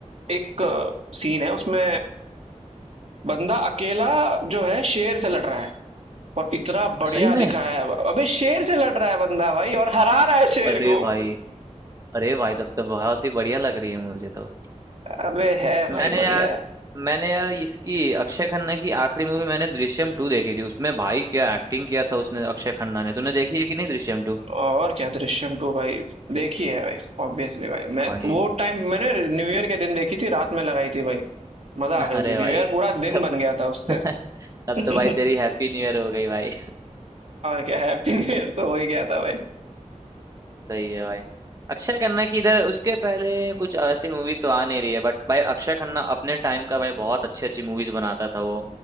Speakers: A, on the right; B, on the right.
A: एक सीन है उसमें बंदा अकेला जो है शेर से लड़ रहा है और इतना बढ़िया
B: सही में
A: दिखाया है अबे शेर से लड़ रहा है बंदा भाई और हरा रहा है शेर
B: अरे
A: को
B: भाई अरे भाई तब तो बहुत ही बढ़िया लग रही है मुझे तो
A: अबे है भाई
B: मैंने
A: बढ़िया
B: यार
A: है
B: मैंने यार इसकी अक्षय खन्ना की आखिरी मूवी मैंने दृश्यम टू देखी थी उसमें भाई क्या एक्टिंग किया था उसने अक्षय खन्ना ने तूने देखी है कि नहीं दृश्यम टू
A: और क्या दृश्यम टू भाई देखी है भाई ऑब्वियसली भाई मैं
B: भाई
A: वो टाइम मैंने न्यू ईयर के दिन देखी थी रात में लगाई थी भाई मजा
B: <laughs>
A: आ गई
B: अरे
A: थी
B: भाई
A: न्यू ईयर पूरा दिन
B: तब
A: बन गया था उससे
B: <laughs>
A: <laughs>
B: तब
A: और
B: तो भाई तेरी हैप्पी न्यू ईयर हो गई भाई
A: क्या हैप्पी न्यू ईयर तो हो ही गया था भाई
B: सही है भाई अक्षय खन्ना की इधर उसके पहले कुछ ऐसी मूवी तो आ नहीं रही है बट भाई अक्षय खन्ना अपने टाइम का भाई बहुत अच्छी अच्छी मूवीज बनाता था वो